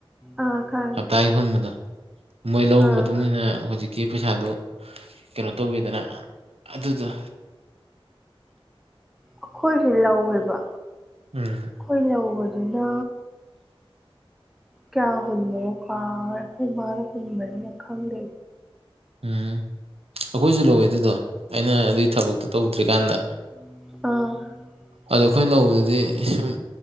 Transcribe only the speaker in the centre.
ꯑꯥ ꯈꯪꯉꯦ
ꯑꯥ
ꯑꯩꯈꯣꯏꯁꯨ ꯂꯧꯋꯦꯕ
ꯑꯩꯈꯣꯏ ꯂꯧꯕꯗꯨꯅ ꯀꯌꯥ ꯍꯨꯟꯕꯅꯣ ꯀꯥꯎꯒꯔꯦ ꯈꯣꯏ ꯃꯅꯥ ꯍꯨꯟꯕꯅꯤꯅꯥ ꯈꯪꯗꯦ
ꯑ